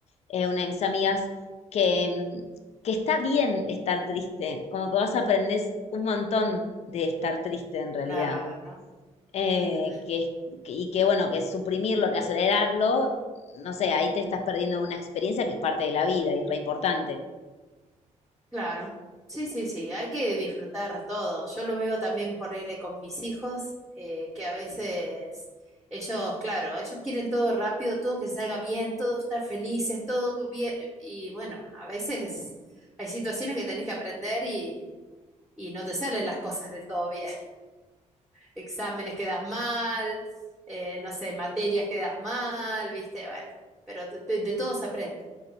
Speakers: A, on the left; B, in the centre.
A: eh, una de mis amigas, que, mm, que está bien estar triste, como que vos aprendés un montón de estar triste en realidad.
B: Claro.
A: eh,
B: Ujú,
A: que, es- que- y que bueno, que suprimirlo, que acelerarlo, no sé, ahí te estás perdiendo una experiencia que es parte de la vida y re importante.
B: Claro. Sí, sí, sí. Hay que disfrutar todo. Yo lo veo también por él con mis hijos, eh, que a veces ellos, claro, ellos quieren todo rápido, todo que salga bien, todo estar felices, todo bien. Y bueno, a veces hay situaciones que tenés que aprender y, y no te salen las cosas del todo bien. exámenes que das mal, eh, no sé, materias que das mal, ¿viste? Bueno, pero de, de- de todo se aprende.